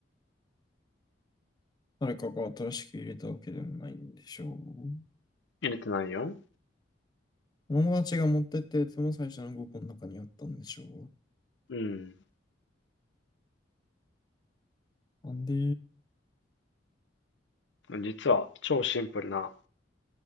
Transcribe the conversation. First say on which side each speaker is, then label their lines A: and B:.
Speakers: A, on the left (about 20°); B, on the left (about 75°).
A: 誰かが新しく入れたわけでもないんでしょう。
B: 入れてないよ。
A: 友達が持ってったやつも最初の5個の中にあったんでしょう。
B: うん。
A: なんで、
B: 実は、超シンプルな